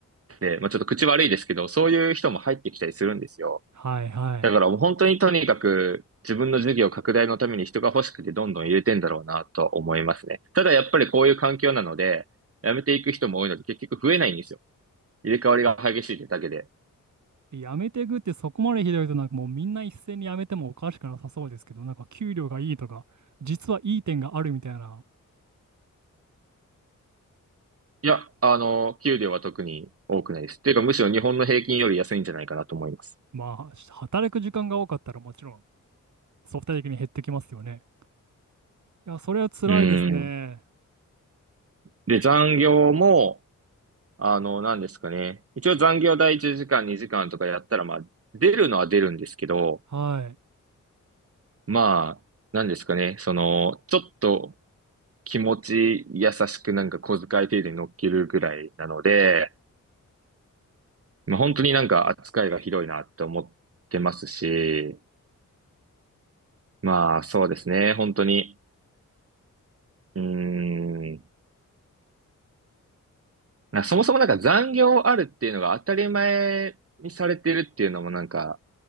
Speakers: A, on the right; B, on the right.
A: て、まあ、ちょっと口悪いですけど、そういう人も入ってきたりするんですよ。
B: はいはい。
A: だからもう本当にとにかく自分の事業拡大のために人が欲しくてどんどん入れてんだろうなとは思いますね。ただやっぱりこういう環境なので、辞めていく人も多いので結局増えないんですよ。入れ替わりが激しいってだけで。
B: やめていくってそこまでひどいとなんかもうみんな一斉にやめてもおかしくなさそうですけど、なんか給料がいいとか、実はいい点があるみたいな、
A: いや、あの、給料は特に多くないです。っていうか、むしろ日本の平均より安いんじゃないかなと思います。
B: まあ働く時間が多かったらもちろん相対的に減ってきますよね。いや、それは辛いですね。
A: うん。で、残業も、あの、何ですかね。一応残業第1時間、2時間とかやったら、まあ、出るのは出るんですけど、
B: はい。
A: まあ、何ですかね。その、ちょっと気持ち優しくなんか小遣い程度に乗っけるぐらいなので、まあ、本当になんか扱いがひどいなって思ってますし、まあ、そうですね。本当に。うん。なんかそもそもなんか残業あるっていうのが当たり前にされてるっていうのもなんか